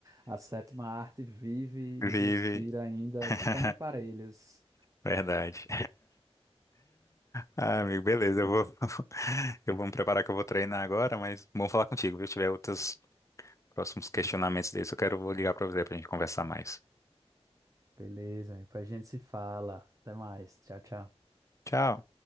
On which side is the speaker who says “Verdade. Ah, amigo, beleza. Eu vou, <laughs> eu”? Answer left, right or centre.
Left